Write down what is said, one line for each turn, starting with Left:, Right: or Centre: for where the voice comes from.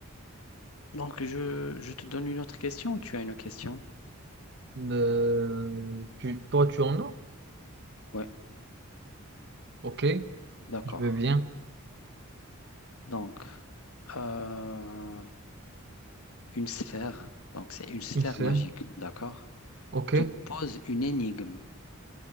Left: Donc, je, je te donne une autre question ou tu as une question?
Right: le- tu, toi, tu en as?
Left: Oui,
Right: Ok,
Left: d'accord.
Right: je veux bien,
Left: Donc, euh, une sphère, donc c'est une sphère
Right: une seule.
Left: magique, d'accord?
Right: Ok,
Left: Te pose une énigme